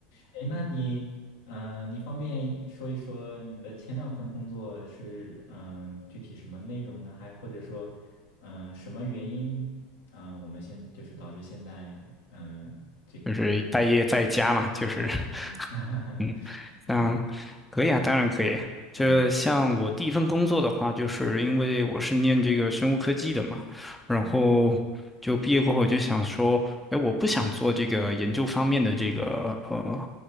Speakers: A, on the left (about 80°); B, in the centre.
A: 哎，那你，嗯、你方便说一说你的前两份工作是嗯、具体什么内容呢？还或者说，嗯、什么原因，嗯、我们现就是导致现在嗯
B: 就是待业在家嘛，就是
A: 待业不佳呢？
B: <laughs>
A: <laughs>
B: 嗯，
A: 嗯
B: 像可以啊，当然可以。就是像我第一份工作的话，
A: 嗯
B: 就是因为我是念这个生物科技的嘛，然后就毕业过后我就想说，
A: 嗯
B: 哎，我不想做这个研究方面的这个呃